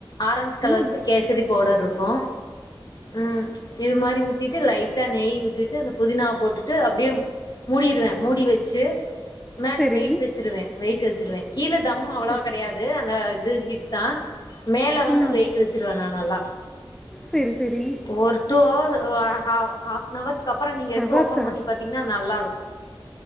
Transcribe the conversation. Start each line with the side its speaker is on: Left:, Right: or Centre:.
Left: ஆரஞ்சு கலருக்கு
Centre: ம்
Left: கேசரிப் பவுடர்ருக்கு ம் இது மாரி ஊத்திட்டு லைட் டா நெய் விட்டுட்டு அந்தப் புதினாவப் போட்டுட்டு அப்டியே மூடிருவே மூடி வெச்சு மேல
Centre: சரி
Left: வெயிட் வெச்சுருவே வெயிட்டு வெச்சிருவே கீழ தம் அவ்ளவாக்
Centre: சரி
Left: கெடையாது அந்த இது கிட்தா மேல வந்து
Centre: ஆ
Left: வெயிட்டு வெச்சிருவே நா நல்லா
Centre: செரி செரி
Left: ஒரு டூ <unintelligible> ஹாஃப்னவருக்கப்பறோ நீங்க எடுத்து
Centre: அவர்
Left: ஓப்பன்
Centre: சார்
Left: பண்ணி பாத்தீங்னா நல்லாருக்கு